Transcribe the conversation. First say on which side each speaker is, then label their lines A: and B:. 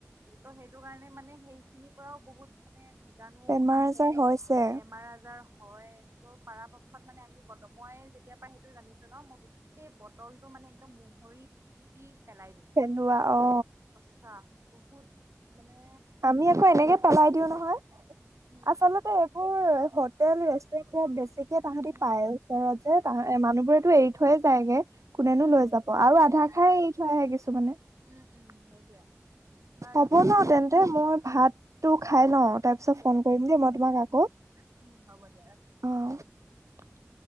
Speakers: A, on the right; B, on the right.
A: ত' সেইটো কাৰণে মানে সেই খিনিৰ পৰাও বহুত মানে জানো
B: বেমাৰ
A: আহে
B: আজাৰ হৈছে
A: বেমাৰ আজাৰ হয় ত' পৰাৰাপক্ষত মানে আমি ব মই যেতিয়া প সেইটো জানিছো ন মই গোটেই বটলতটো মানে মানে একদম মহৰি পিটিকি পেলাই দিওঁ
B: পেলোৱা অ
A: পচা বহুত মানে
B: আমি আকৌ এনেকে পেলাই দিও নহয়
A: উম
B: আচলতে এইবোৰ হোটেল ৰেষ্টুৰেণ্ট বিলাত বেছিকে তাহাঁতে
A: উম
B: পায় ওচৰত যে এ মানুহবোৰেতো এৰি থৈয়ে যায়গে কোনেনো
A: উম
B: লৈ
A: এই
B: যাব আৰু আধা
A: নাযায়
B: খাই এৰি থৈ আহে কিছুমানে
A: উম উম সেইটোৱে বাৰু
B: হ'ব
A: ঠিকে
B: ন তেন্তে
A: আছে
B: মই ভাতটো খাই লওঁ তাৰ পিছত
A: দিয়া
B: ফোন
A: ঠিক
B: কৰিম দেই
A: আছে
B: মই তোমাক
A: উ
B: আকৌ
A: উম উম হ'ব দিয়া ৰাখিছো ন
B: অ